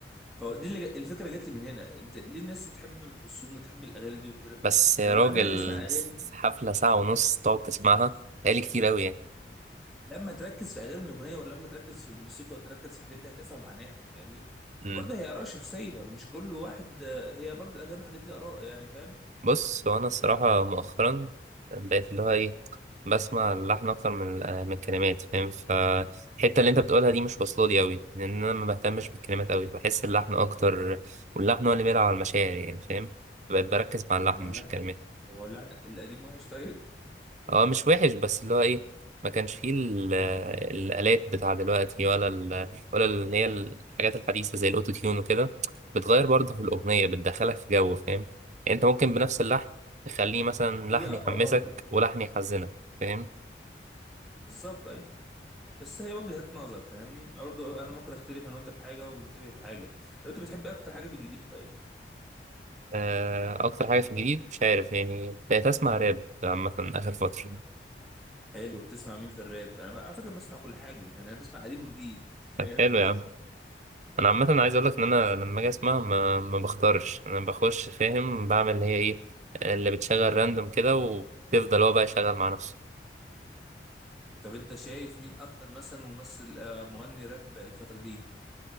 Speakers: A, in the centre; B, on the right.
A: فدي اللي ج- الفكره جت لي من هنا انت ليه الناس تحب ام كلثوم وتحب الاغاني دي وكده
B: بس يا
A: لما
B: راجل
A: الواحد بدا يسمع الاغاني
B: حفلة ساعة ونص تقعد تسمعها هي كتير أوي
A: لما تركز في اغاني الاغنيه ولا لما تركز في الموسيقى وتركز في الحاجات دي هتفهم معناها فاهمني
B: يعني
A: برضه هي اراء شخصيه مش كل واحد آه، هي برضه الاغاني والحاجات دي اراء يعني فاهم
B: بص هو انا الصراحه مؤخرا بقيت اللي هو ايه بسمع اللحن اكتر من آه، من الكلمات فاهم فالحته اللي انت بتقولها دي مش واصله لي قوي لان انا ما بهتمش بالكلمات قوي بحس اللحن اكتر واللحن هو اللي بيلعب على المشاعر يعني فاهم فبقيت بركز مع اللحن
A: طب ما هو
B: مش
A: اللحن
B: الكلمات
A: طب ما هو اللحن القديم وحش طيب
B: هو مش وحش بس اللي هو ايه ما كانش فيه ال- الآلات بتاع دلوقتي ولا ال ولا اللي هي الحاجات الحديثة زي الأوتو تيون وكده بتغير برضه في الأغنية بتدخلك في جو فاهم يعني أنت ممكن بنفس اللحن تخليه مثلا لحن
A: هي اراء
B: يحمسك
A: برضه
B: ولحن يحزنك فاهم
A: بالظبط اي بس هي وجهات نظر فاهمني برضه انا ممكن اختلف انا وانت في حاجه ونتفق في حاجه طب انت بتحب اكتر حاجه في الجديد طيب
B: آه، أكتر حاجة في الجديد مش عارف يعني بقيت أسمع راب عامة آخر فترة
A: حلو بتسمع مين في الراب انا بقى- على فكره بسمع كل حاجه يعني انا بسمع قديم وجديد <laughs>
B: طب حلو يا عم انا عامه عايز اقول لك ان انا لما اجي اسمع ما, ما بختارش انا بخش فاهم بعمل اللي هي ايه اللي بتشغل راندوم كده وبيفضل هو بقى يشغل مع نفسه
A: طب انت شايف مين اكتر مثلا ممثل آه، مغني راب الفتره دي